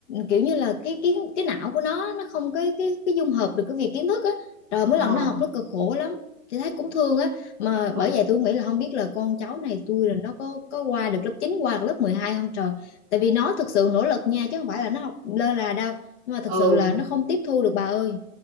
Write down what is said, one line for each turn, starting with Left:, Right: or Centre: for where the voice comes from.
Left: kiểu như là cái cái cái não của nó nó không cái cái cái dung hợp được cái việc kiến thức á rồi mỗi
Right: Ờ.
Left: lần nó học nó cực khổ lắm thì thấy cũng thương á mà
Right: ừ.
Left: bởi vậy tôi nghĩ là không biết là con cháu này tôi là nó có có qua được lớp chín qua được lớp 12 không trời tại vì nó thực sự nỗ lực nha chứ không phải là nó học lơ là đâu nhưng mà thật
Right: ừ
Left: sự là nó không tiếp thu được bà ơi